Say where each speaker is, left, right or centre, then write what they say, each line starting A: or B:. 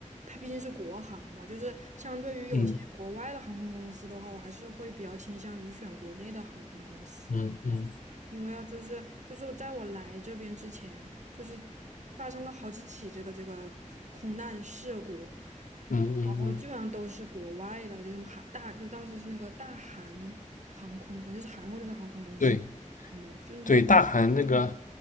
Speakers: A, on the right; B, on the left.
A: 它毕竟是国航嘛，就是相对于有些国外的航空公司的话，
B: 嗯
A: 我还是会比较倾向于选国内的航空公司，
B: 嗯嗯
A: 因为啊，就是就是在我来这边之前，就是发生了好几起这个这个空难事故，
B: 嗯嗯嗯，
A: 然后基本上都是国外的，就什么韩大，就当时是那个大韩航空，反正就是韩国那个航空公司，
B: 对
A: 嗯，就那。
B: 对，大韩那个，